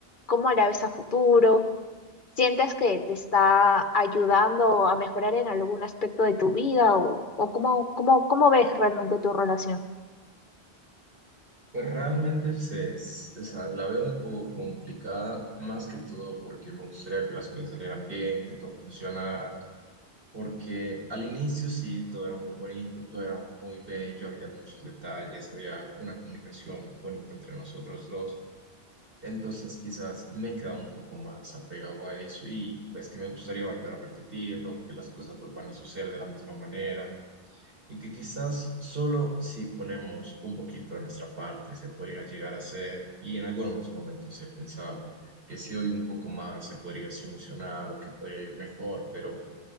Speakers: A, on the left; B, on the right.
A: ¿Cómo la ves a futuro? ¿Sientes que te está ayudando a mejorar en algún aspecto de tu vida o, o cómo, cómo, cómo ves realmente tu relación?
B: Pues realmente se, es- o sea, la veo un poco complicada, más que todo porque me gustaría que las cosas salieran bien, que todo funcionara porque al inicio sí, todo era muy bonito, todo era muy bello, había muchos detalles, había una comunicación muy bonita entre nosotros dos. Entonces quizás me quedaba un poco más apegado a eso y pues que me gustaría volver a repetirlo, que las cosas vuelvan a suceder de la misma manera y que quizás solo si ponemos un poquito de nuestra parte se podría llegar a hacer y en algunos momentos he pensado que si doy un poco más se podría solucionar o que podría ir mejor, pero